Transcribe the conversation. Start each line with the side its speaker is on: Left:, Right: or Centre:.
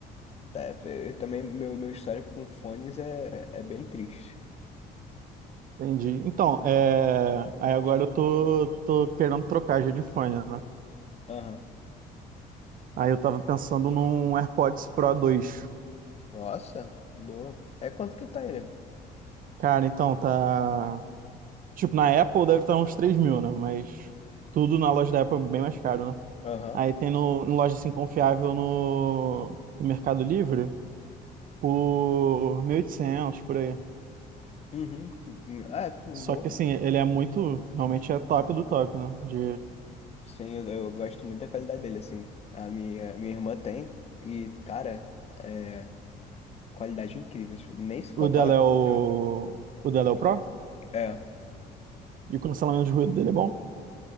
Left: tá, eu também meu, meu histórico com fones é, é bem triste.
Right: entendi. Então, é, aí agora eu tô, tô querendo trocar já de fone, né?
Left: Aham.
Right: Aí eu tava pensando num AirPods Pro dois.
Left: Nossa, boa. É quanto que tá ele?
Right: Cara, então, tá. Tipo, na Apple deve estar uns 3 mil, né? Mas tudo na loja da Apple é bem mais caro, né?
Left: Aham.
Right: Aí tem no, em loja assim confiável no no Mercado Livre. por 1.800, por aí.
Left: Uhum. Ah, É, boa.
Right: Só que assim, ele é muito, realmente é top do top, né? De...
Left: Sim, eu, eu gosto muito da qualidade dele, assim. A minha, minha irmã tem e, cara, é qualidade incrível. tipo, nem se compara
Right: O dela
Left: com
Right: é o...
Left: qualquer outro.
Right: o dela é o Pro?
Left: É.
Right: E o cancelamento de ruído dele é bom?